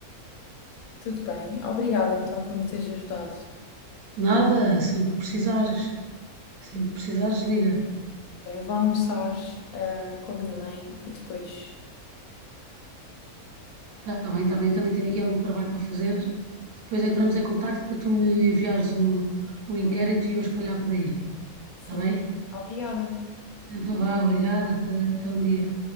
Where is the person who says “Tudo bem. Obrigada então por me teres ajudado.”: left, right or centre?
Left